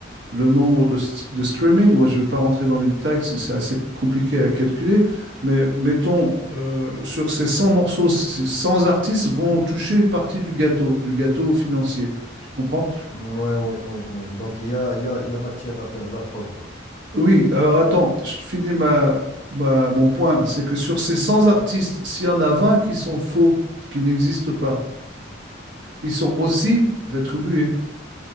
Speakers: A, on the right (about 70°); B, on the left (about 35°).
A: le nombre de, st- de streaming. Moi, je ne vais pas rentrer dans les détails, parce que c'est assez compliqué à calculer. Mais mettons, euh, sur ces 100 morceaux, c- 100 artistes vont toucher une partie du gâteau, du gâteau financier. Tu comprends?
B: Ouais, ouais, ouais, ouais. Donc il y a, il y a, il y a matière à faire de la fraude, quoi.
A: Oui, alors attends, je finis ma, ma- mon point. C'est que sur ces 100 artistes, s'il y en a 20 qui sont faux, qui n'existent pas, ils sont aussi rétribués.